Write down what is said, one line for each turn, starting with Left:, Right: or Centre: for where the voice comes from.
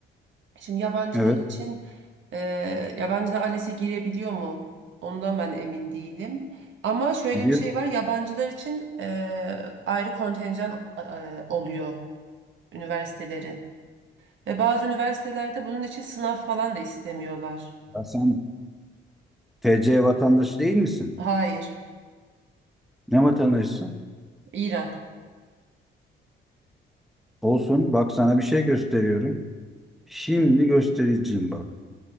Right: Şimdi yabancılar
Centre: Evet,
Right: için e, yabancılar ALES'e girebiliyor mu? Ondan ben emin değilim. Ama şöyle
Centre: biliyorum.
Right: bir şey var. Yabancılar için e, ayrı kontenjan e, oluyor üniversitelerin. Ve bazı üniversitelerde bunun için sınav falan da istemiyorlar.
Centre: Ya sen TC vatandaşı değil misin?
Right: Hayır.
Centre: Ne vatandaşısın?
Right: İran.
Centre: Olsun. Bak sana bir şey gösteriyorum. Şimdi göstereceğim bak.